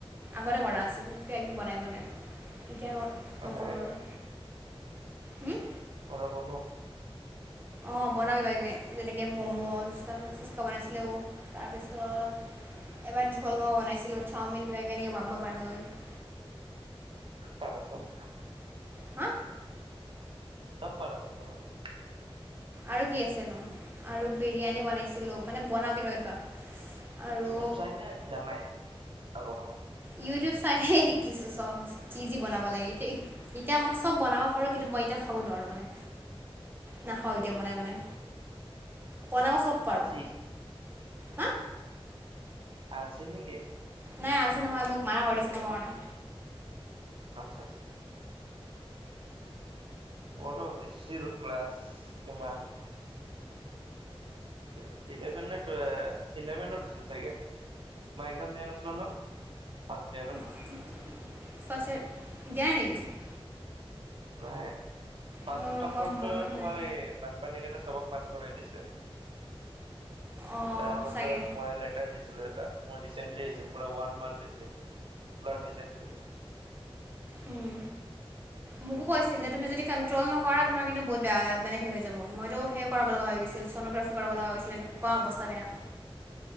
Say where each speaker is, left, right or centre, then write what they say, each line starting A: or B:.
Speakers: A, on the right (about 20°); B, on the right (about 60°).
A: আগতে কৰা। একো বনাই বনাই এতিয়া
B: মানে
A: নকৰোঁ আৰু, হম।
B: সদায় বনোৱা।
A: অ', বনাওঁ কিবা-কিবি যেনেকে ম'ম'জ, তাৰপিছত ফুচকা বনাইছিলো তাৰপিছত এবাৰ চলো বনাইছিলো, চাওমিন কিবা-কিবি এনেকে মামা বাৰ হতৰ ঘৰত।
B: তাৰ আচল
A: হা।
B: চব পাৰ আছে বনাব
A: আৰু কি আছেনো আৰু বিৰিয়ানী বনাইছিলোঁ মানে বনাওঁ কেতিয়াবা - কেতিয়াবা। আৰু
B: ইউটিউব চাই নে জানাই আগৰ পৰা?
A: ইউটিউব চাইহে শিকিছো চব, যি যি বনাব লাগে হে এতিয়া মই চব বনাব পাৰো কিন্তু মই এতিয়া খাব নোৱাৰো মানে। নাখাওঁ এতিয়া বনাই - বনাই, বনাব চব পাৰোঁ
B: আলজি
A: হা
B: আলছি নেকি?
A: নাই আলছি নহয় মোক মানা কৰিছে খাব কাৰণে।
B: আচ্ছা, আচ্ছা। মোৰো হৈছিল ক্লাছ কিমান ই ইলেভেন নে টোৱে, ইলেভেনত দিছিল চাগে? মই এক্সাম দিয়া নাছিলো ন ফাৰ্ষ্ট ইয়াৰত
A: ফাৰ্ষ্ট ইয়েৰ দিয়াই নেকি?
B: নাই ফাৰ্ষ্ট
A: মোৰ
B: অফ
A: মই
B: অলটো
A: মনত
B: তোমাৰ
A: নাই
B: এই বানপানীৰ কাৰণ চবক পাছ কৰাই দিছে।
A: অঁ
B: তাৰ মাজত
A: চাগে
B: মই লেটাৰ দিছিলোঁ এটা, মোৰ ডিচেণ্ট্ৰি হৈছিল পুৰা ওৱান মান্থ হৈছিল ব্লাড ডিচেণ্ট্ৰি।
A: ওম। মোকো কৈছিল যে তুমি যদি কান্ট্ৰল নকৰা তোমাৰ কিন্তু বহুত বেয়া মানে সেই হৈ যাব মইতো সে কৰাব লগা হৈ গৈছিল, চ'নগ্ৰাফি কৰিব লগা হৈছিল এনেকুৱা অৱস্থা বেয়া।
B: <inaudible>